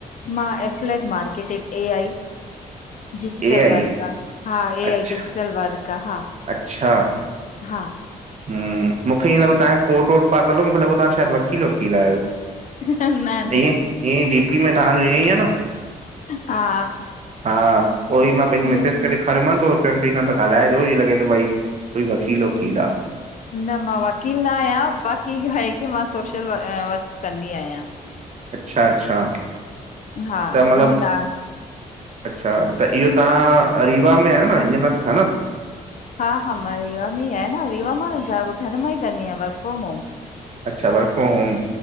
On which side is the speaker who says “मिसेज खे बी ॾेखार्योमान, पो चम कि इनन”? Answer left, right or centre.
Right